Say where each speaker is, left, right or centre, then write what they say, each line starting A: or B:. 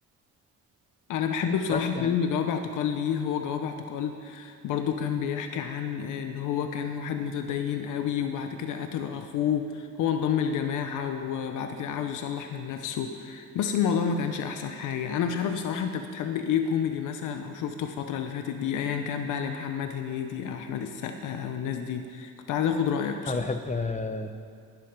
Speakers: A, on the left; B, on the left.
A: انا بحب بصراحه
B: بس
A: فيلم
B: يعني
A: جواب اعتقال ليه هو جواب اعتقال برضو كان بيحكي عن ان هو كان واحد متدين قوي وبعد كده قتله اخوه هو انضم الجماعه وبعد كده عاوز يصلح من نفسه بس الموضوع ما كانش احسن حاجه انا مش عارف بصراحه انت بتحب ايه كوميدي مثلا او شفته الفتره اللي فاتت دي ايا كان بقى لمحمد هنيدي او احمد السقا او الناس دي كنت عايز اخد رايك بصراحه
B: انا بحب آه،